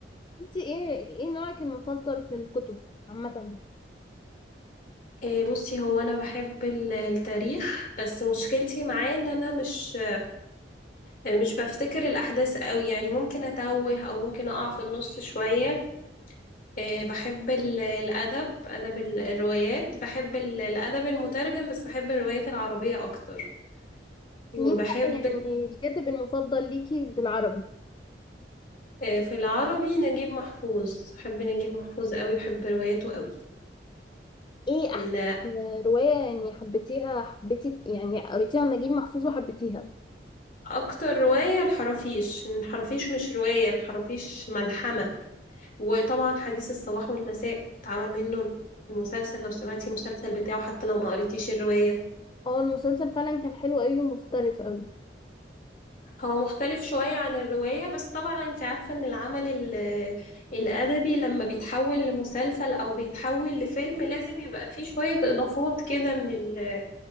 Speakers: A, on the left; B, on the left.
A: انتي ايه ايه نوعك المفضل في الكتب عامة
B: إيه، بصي هو انا بحب ال- التاريخ بس مشكلتي معاه ان انا مش مش بفتكر الاحداث قوي يعني ممكن اتوه او ممكن اقع في النص شوية آه، بحب ال- الأدب أدب ال- الروايات بحب ال- الأدب المترجم بس بحب الروايات العربية أكتر
A: مين
B: وبحب
A: بقى يعني الكاتب المفضل ليكي بالعربي
B: آه، في العربي نجيب محفوظ بحب نجيب محفوظ قوي بحب رواياته قوي
A: ايه أحسن
B: إن
A: رواية يعني حبيتيها حبيتي يعني قريتيها لنجيب محفوظ وحبيتيها
B: أكتر رواية الحرافيش إن الحرافيش مش رواية الحرافيش ملحمة وطبعا حديث الصباح والمساء اتعمل منه المسلسل لو سمعتي المسلسل بتاعه حتى لو ما قريتيش الرواية
A: اه المسلسل فعلا كان حلو قوي ومختلف قوي
B: هو مختلف شوية عن الرواية بس طبعا انت عارفة ان العمل ال- الأدبي لما بيتحول لمسلسل أو بيتحول لفيلم لازم يبقى فيه شوية إضافات كده من ال